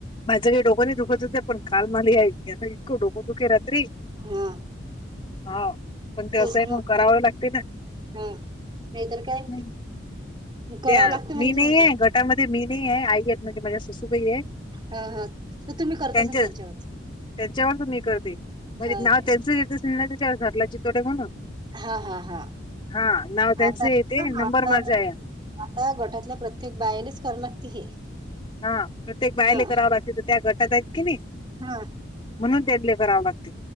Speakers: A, on the left (about 25°); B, on the right (about 25°).
A: माझ्या काही डोकं नाही दुखत, हो पण काल मला या ना इतकं डोकं दुखे रात्री.
B: हा
A: हा पण ते
B: तेच
A: असंही
B: ना
A: मग करावं लागते ना.
B: हा नाहीतर काय.
A: हम्म.
B: करावं
A: त्या
B: लागते
A: मी
B: म्हणजे
A: नाही आहे घटामध्ये मी नाही आहे आई आहेत म्हणजे माझ्या ससूबाई आहे.
B: ह हा तर तुम्ही करत
A: त्यांच्या
B: अस ना त्यांच्यावरच.
A: त्यांच्यावरच मी करते म्हणजे
B: हो
A: नाव
B: काय
A: त्यांच येत त्याच्यावर झाटला चितोड आहे म्हणून‌.
B: हा हा हा
A: <inaudible> हा नाव त्यांचे
B: आता
A: येत
B: हा
A: नंबर
B: आता
A: माझ या.
B: आता गटातल्या प्रत्येक बायानेच करा लागते हे.
A: हा प्रत्येक बायले
B: ह
A: करां असे तर त्या गटात आहेत की नाही.
B: ह
A: <inaudible> म्हणून तेर्ले करावं लागते.